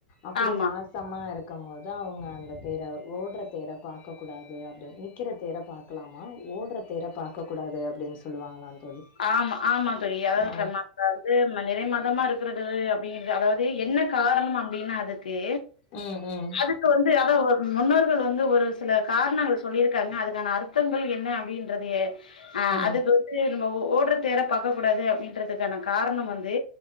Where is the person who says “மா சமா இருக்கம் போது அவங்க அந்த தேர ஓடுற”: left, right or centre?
Left